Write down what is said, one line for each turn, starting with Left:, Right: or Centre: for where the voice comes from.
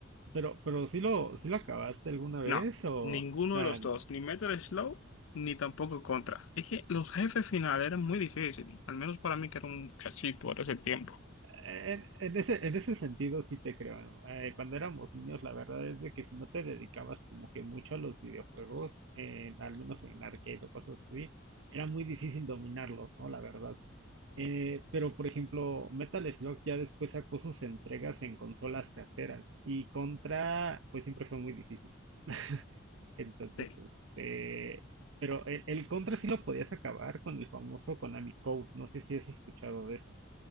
Right: Pero, pero sí lo, sí lo acabaste alguna vez
Left: No,
Right: o
Left: ninguno
Right: nah,
Left: de los dos, ni Metal Slow, ni tampoco Contra. Es que los jefes finales eran muy difíciles, al menos para mí que era un chachito ahora ese tiempo.
Right: en, en ese, en ese sentido sí te creo, ¿no? Eh, cuando éramos niños, la verdad es de que si no te dedicabas como que mucho a los videojuegos, en- al menos en arcade o cosas así, era muy difícil dominarlos, ¿no? La verdad. Eh, pero por ejemplo, Metal Slug ya después sacó sus entregas en consolas caseras y Contra, pues siempre fue muy difícil. <laughs> Entonces,
Left: Sí.
Right: este, pero el, el Contra sí lo podías acabar con el famoso Konami Code. No sé si has escuchado de eso.